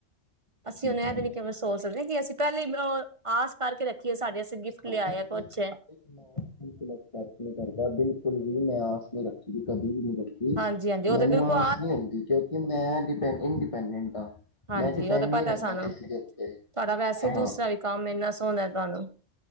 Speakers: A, on the left; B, on the right.
A: ਹਾਂਜੀ
B: ਅਸੀਂ ਹੁਣ ਇਹ
A: ਹਾਂਜੀ
B: ਤੇ ਨੀ ਕਿਵੇਂ ਸੋਚ ਸਕਦੇ ਕਿ ਅਸੀਂ ਪਹਿਲੇ ਆਸ ਕਰਕੇ ਰੱਖੀਏ ਸਾਡੇ ਗਿਫਟ ਲਿਆਏ
A: ਬਿਲਕੁਲ
B: ਆ ਕੁਛ
A: ਮੈਂ ਅਸੈਪਟ ਨਹੀਂ ਕਰਦਾ ਬਿਲਕੁਲ ਵੀ ਮੈ ਆਸ ਨੀ ਰੱਖੀ ਦੀ। ਕਦੇ ਵੀ ਨੀ ਰੱਖੀ
B: ਹਾਂਜੀ ਹਾਂਜੀ ਉਹ
A: ਮੈਨੂੰ
B: ਤੇ ਬਿਲਕੁਲ
A: ਆਸ ਨਹੀ ਹੁੰਦੀ ਕਿਉਂਕਿ ਮੈਂ ਡਪ ਇੰਡੀਪੈਂਡਟ ਹ
B: ਹਾਂਜੀ
A: ਮੈਂ ਡਿਪੈਂਡ
B: ਉਹ ਤਾਂ
A: ਨੀ
B: ਪਤਾ
A: ਰਹਿੰਦਾ
B: ਸਾਨੂੰ
A: ਕਿਸੇ ਦੇ ਉੱਤੇ
B: ਤੁਹਾਡਾ ਵੈਸੇ ਦੂਸਰਾ
A: ਹਾਂ।
B: ਵੀ ਕੰਮ ਇੰਨਾ ਸੋਹਣਾ ਤੁਹਾਨੂੰ